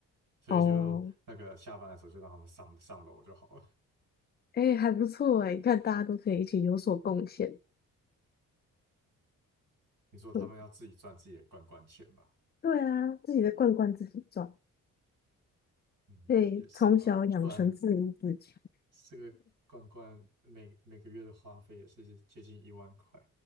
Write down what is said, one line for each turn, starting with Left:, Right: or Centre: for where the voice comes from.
Right: 所以就那个下班的时候就让他们上上楼就好了。
Left: 哦，哎，还不错哎，你看大家都可以一起有所贡献。
Right: 你说他们要自己赚自己的罐罐钱嘛？
Left: 嗯，对啊，自己的罐罐自己装，
Right: 嗯，
Left: 对，
Right: 也是啊，
Left: 从小养成自立自强。
Right: 不然这个罐罐每每个月的花费也是接近一万块。